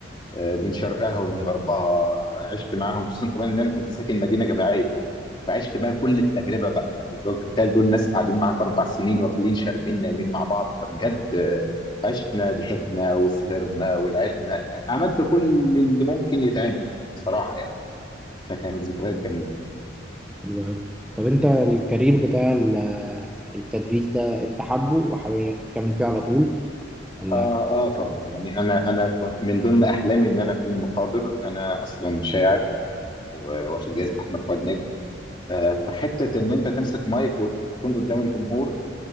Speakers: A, on the left; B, in the centre.
A: آه، من شرقها ومن غربها عشت معاهم خصوصا كمان ان انا كنت ساكن مدينه جامعيه فعشت بقى كل التجربه بقى يعني دول تخيل دول ناس قاعدين معاك اربع سنين واكلين شاربين نايمين مع بعض فبجد آه، عشنا ضحكنا وسهرنا ولعبنا عملت كل اللي ممكن يتعمل صراحه يعني فكانت ذكريات جميله
B: حلو قوي طب انت الكارير بتاع ال- التدريس ده انت حابه وحابب ان انت تكمل فيه على طول ولا
A: اه اه طبعا يعني انا انا كنت من ضمن احلامي ان انا اكون محاضر انا اصلا شاعر و- واخد جائزه احمد فؤاد نجم آه فحته ان انت تمسك مايك وتكون قدام الجمهور